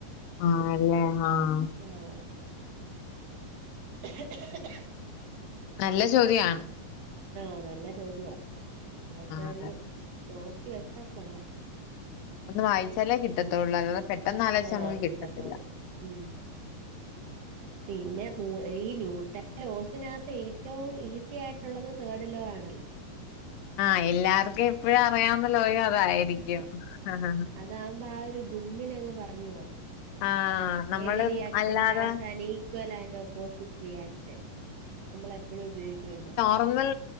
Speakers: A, on the left; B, on the right.
A: ആഹ് ല്ലേ ആഹ്
B: ആഹ് <unintelligible>
A: നല്ല ചോദ്യാ
B: ആഹ് നല്ല ചോദ്യവാ അതൊക്കെ
A: അതെ
B: ഒന്ന് നോക്കി വെച്ചാ കൊള്ള
A: ഒന്ന് വായിച്ചാലേ കിട്ടത്തൊള്ളൂ
B: ഉം
A: അല്ലാതെ പെട്ടെന്ന് ആലോച്ച
B: ആഹ്
A: നമക്ക്
B: കിട്ടത്തോളൂ
A: കിട്ടത്തില്ല
B: ഉം പിന്നെ മൂ ഈ ന്യൂട്ട ലോസിനകത്ത് ഏറ്റവും ഈസി ആയിട്ടുള്ളത് തേഡ് ലോ ആണല്ലോ
A: ആഹ് എല്ലാർക്കും എപ്പഴും അറിയാവുന്ന ലോയോ അതായിരിക്കും ഹ ഹ ഹ
B: അതാവുമ്പോ ആ ഒരു ഗുമ്മിനങ് പറഞ് പോവ
A: ആഹ് നമ്മള്
B: എവിരിയാക്ഷൻ
A: അല്ലാതെ
B: has an equal and opposite reaction നമ്മളെപ്പഴും ഉപയോഗിക്കുവല്ലോ
A: നമ്മൾ